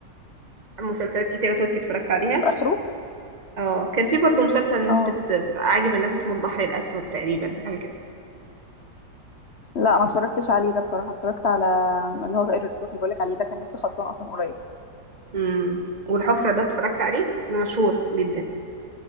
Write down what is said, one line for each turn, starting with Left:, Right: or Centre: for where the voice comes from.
Right: مسلسلات كتيرة تركي اتفرجت عليها
Left: اخره
Right: اه كان في برضو مسلسل الناس
Left: اه
Right: بت... عاجب الناس اسمه البحر الأسود تقريبا حاجة كده
Left: لا ما اتفرجتش عليه ده بصراحه اتفرجت على اللي هو طائر الفلوف اللي بقولك عليه ده كان لسه خلصان اصلا قريب
Right: امم والحفرة ده اتفرجت عليه ده مشهور جدا